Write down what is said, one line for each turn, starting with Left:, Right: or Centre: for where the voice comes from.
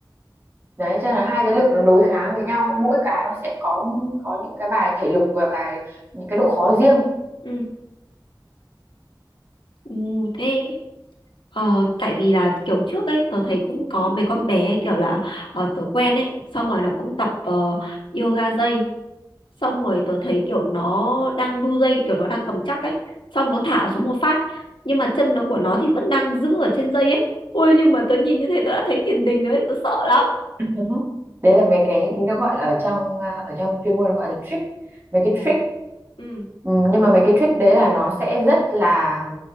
Right: đấy cho nên là hai cái lực nó đối kháng với nhau mỗi cái nó sẽ có có những cái bài thể lực và bài những cái độ khó riêng
Left: ừ, ừ, thế Ờ, tại vì là kiểu trước ấy tớ thấy cũng có mấy con bé ấy, kiểu là ờ, tớ quen ấy xong rồi nó cũng tập ờ, yoga dây xong rồi tớ thấy kiểu nó đang đu dây kiểu nó đang cầm chắc ấy xong nó thả xuống một phát nhưng mà chân nó của nó thì vẫn đang giữ ở trên dây ấy ôi nhưng mà tớ nhìn như thế tớ đã thấy tiền đình rồi ấy tớ sợ lắm
Right: Đúng Đấy là mấy cái nó gọi là ở trong à, ở trong chuyên môn nó gọi là trick mấy cái
Left: Ờ,
Right: trick
Left: ừ,
Right: Ừ, nhưng mà mấy cái trick đấy là nó sẽ rất là